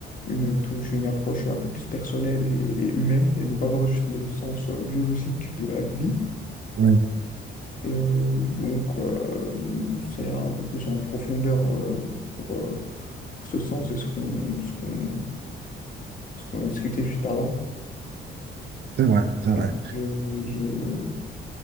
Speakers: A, on the left; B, on the right.
A: une touche, une approche un peu plus personnelle et, et humaine, et ne pas voir juste le sens euh, biologique de la vie.
B: Oui,
A: Et euh, donc, euh, ça ira un peu plus en profondeur euh, pour, euh, pour ce sens et ce qu'on ce qu'on ce qu'on discutait juste avant.
B: c'est vrai, c'est vrai,
A: Et donc, je, je,